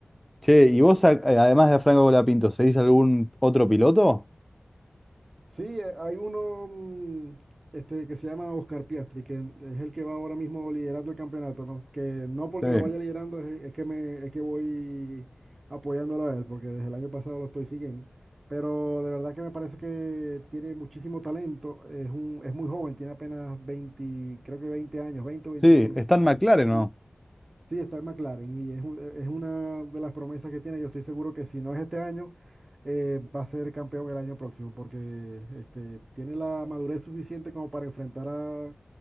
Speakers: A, in the centre; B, on the right.
A: Che, ¿y vos a- eh, además de Franco Colapinto, seguís algún otro piloto?
B: Sí, eh, hay uno mm, este, que se llama Oscar Piastri, que es el que va ahora mismo liderando el campeonato, ¿no? Que no porque
A: Sí.
B: lo vaya liderando es, es que me, es que voy apoyándolo a él, porque desde el año pasado lo estoy siguiendo. Pero de verdad que me parece que tiene muchísimo talento, es un, es muy joven, tiene apenas 20, creo que 20 años, 20 o veintiuno,
A: Sí, está en McLaren, ¿no?
B: y Sí, está en McLaren y es, un- es una de las promesas que tiene. Yo estoy seguro que si no es este año, eh, va a ser campeón el año próximo porque este, tiene la madurez suficiente como para enfrentar a,